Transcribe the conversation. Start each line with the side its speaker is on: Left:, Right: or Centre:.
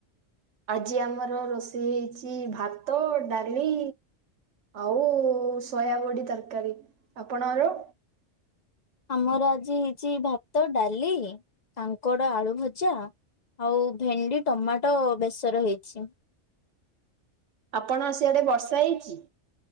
Right: ଆଜି ଆମର ରୋଷେଇ ହେଇଛି ଭାତ ଡାଲି। ଆଉ ସୋୟାବଡ଼ି ତରକାରୀ ଆପଣଙ୍କର?
Left: ଆମର ଆଜି ହେଇଛି ଭାତ ଡାଲି କାଙ୍କଡ ଆଳୁ ଭଜା। ଆଉ ଭେଣ୍ଡି ଟମାଟୋ ବେସର ହେଇଛି।
Right: ଆପଣ ସିଆଡେ ବର୍ଷା ହେଇଛି?